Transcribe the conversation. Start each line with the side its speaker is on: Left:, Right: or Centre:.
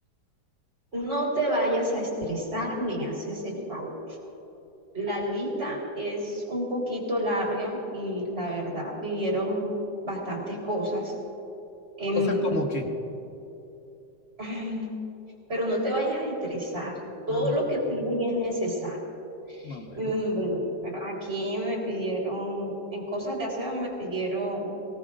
Right: No te vayas a estresar, me haces el favor. La lista es un poquito larga y la verdad pidieron bastantes cosas. Em,
Left: Cosas como que,
Right: ay, pero no te vayas a estresar. Todo
Left: ajá,
Right: lo que piden es necesario.
Left: más bueno.
Right: Mm, Bueno, mira, aquí me pidieron, en cosas de aseo me pidieron